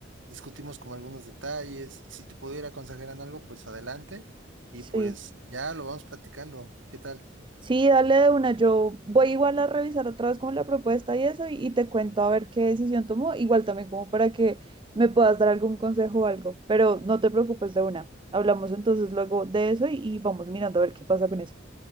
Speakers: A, on the right (about 70°); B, on the right (about 25°).
A: discutimos como algunos detalles. Si te pudiera aconsejar en algo, pues adelante. Y
B: Sí,
A: pues ya lo vamos platicando. ¿Qué tal?
B: sí, dale de una, yo voy igual a revisar otra vez como la propuesta y eso y, y te cuento a ver qué decisión tomó, igual también como para que me puedas dar algún consejo o algo, pero no te preocupes de una, hablamos entonces luego de eso y, y vamos mirando a ver qué pasa con eso.